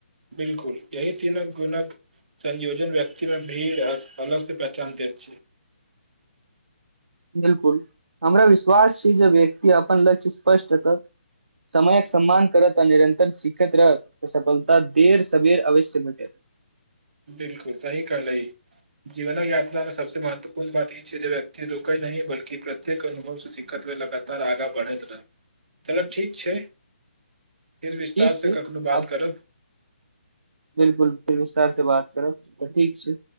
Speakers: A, on the right; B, on the right.
A: बिलकुल यी तीन गुणक संयोजन व्यक्तिमे भीड़ अलग से पहचान दैत छै
B: बिलकुल हमरा विश्वास छै जे व्यक्ति अपन लक्ष्य स्पष्ट रखत समयक सम्मान करत आ निरन्तर सिखैत रहत सफलता देर सवेर अवश्य भटे
A: बिलकुल सही कहलह जीवनक यात्रा मे सबसे महत्वपूर्ण बात ई छै जे व्यक्ति रुकै न बल्कि प्रत्येक अनुभव से शिकखत हुए लगातार आगाँ बढ़ैत रहै चलक ठीक छै फर विस्तार
B: ठीक छै
A: से कखनो बात
B: आब
A: करब
B: बिलकुल फ विस्तार से बात करब तऽ ठीक छै